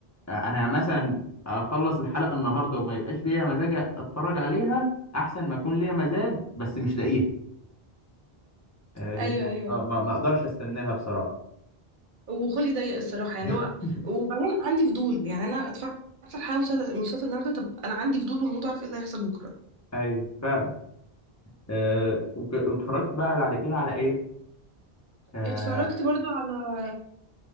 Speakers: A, on the left (about 25°); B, on the right (about 55°).
A: انا مثلا اخلص الحلقه النهارده وما يبقاش ليا مزاج اتفرج عليها احسن ما اكون ليا مزاج بس مش لاقيها آه، بن-
B: ايوه ايوه
A: آه، ما ما اقدرش استناها بصراحه
B: وخلقي ضيق الصراحه يعني
A: <laughs>
B: اللي هو وبعدين عندي فضول يعني انا اتفرجت على حلقه مسلسل مسلسل النهارده طب انا عندي فضول وهموت اعرف ايه اللي هيحصل بكره
A: ايوه فعلا أه وك- واتفرجت بقى بعد كده على ايه آه
B: اتفرجت برضو على